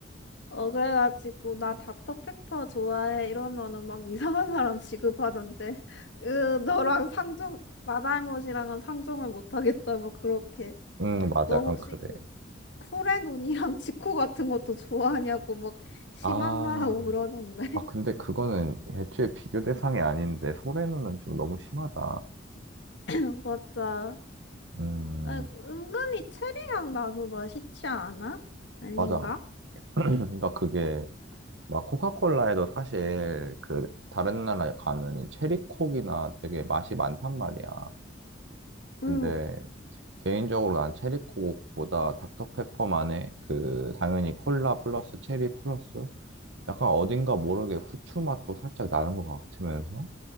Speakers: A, on the left (about 65°); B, on the right (about 70°).
A: 어, 그래가지고, 나 닥터페퍼 좋아해. 이러면은 막 이상한 사람 취급하던데. <laughs> 으, 너랑 상종, 마달못이랑은 상종을 못하겠다. 뭐 그렇게.
B: 응, 맞아.
A: 너
B: 약간
A: 혹시
B: 그래.
A: 소래눈이랑 <laughs> 지코 같은 것도 좋아하냐고 막 심한
B: 아,
A: 말하고 그러던데.
B: 아, 근데 그거는 애초에 비교 대상이 아닌데, 소래는은 좀 너무 심하다.
A: <laughs> 맞아.
B: 음,
A: 아, 은근히 체리향 나도 맛있지 않아? 아닌가?
B: 맞아. <clears throat> 그러니까 그게 막 코카콜라에도 사실 그 다른 나라에 가면은 체리콕이나 되게 맛이 많단 말이야. 근데
A: 응.
B: 개인적으로 난 체리콕보다 닥터페퍼만의 그 당연히 콜라 플러스 체리 플러스 약간 어딘가 모르게 후추 맛도 살짝 나는 것 같으면서